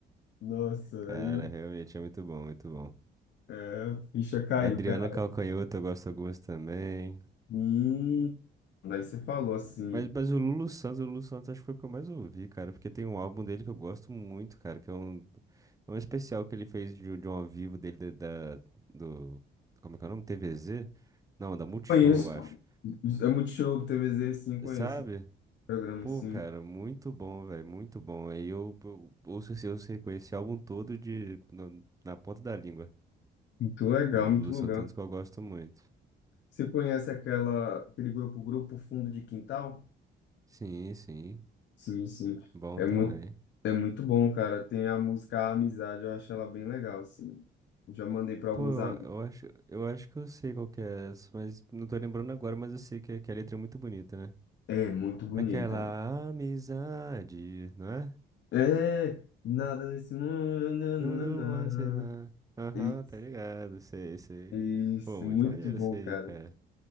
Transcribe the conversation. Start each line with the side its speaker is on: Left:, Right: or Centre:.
Left: Nossa,
Right: Cara,
Left: aí eu-
Right: realmente é muito bom, muito bom.
Left: é, a ficha caiu,
Right: Adriana
Left: cara.
Right: Calcanhoto, eu gosto de algumas também.
Left: Hum, daí você falou assim.
Right: Mas, mas o Lulu Santos, o Lulu Santos acho que foi o que eu mais ouvi, cara, porque tem um álbum dele que eu gosto muito, cara, que é um, é um especial que ele fez de, de um ao vivo dele da, da- do, como é que é o nome? TVZ? Não, da Multishow,
Left: Conheço.
Right: eu acho.
Left: É Multishow, TVZ, sim, conheço.
Right: Sabe?
Left: esse Programa,
Right: Pô,
Left: sim.
Right: cara, muito bom, velho, muito bom. Aí eu, eu ouço esse, eu sei conhecer esse álbum todo de, no- na ponta da língua.
Left: Muito legal,
Right: Aí
Left: muito
Right: Lulu
Left: legal.
Right: Santos é um dos que eu gosto muito.
Left: Você conhece aquela, aquele grupo, Grupo Fundo de Quintal?
Right: Sim, sim,
Left: Sim, sim.
Right: bom
Left: É
Right: também.
Left: muito, é muito bom, cara. Tem a música Amizade, eu acho ela bem legal, assim. Já mandei para alguns
Right: Pô, eu,
Left: amigos.
Right: eu acho, eu acho que eu sei qual que é essa, mas não tô lembrando agora, mas eu sei que, que a letra é muito bonita, né?
Left: É muito bonita.
Right: Aquela amizade, não é?
Left: É, nada nesse mundo.
Right: Quando
Left: nananana.
Right: você vai. Aham,
Left: Isso,
Right: tá ligado, sei, sei.
Left: isso,
Right: Pô, muito
Left: muito
Right: maneiro
Left: bom,
Right: isso aí,
Left: cara.
Right: cara.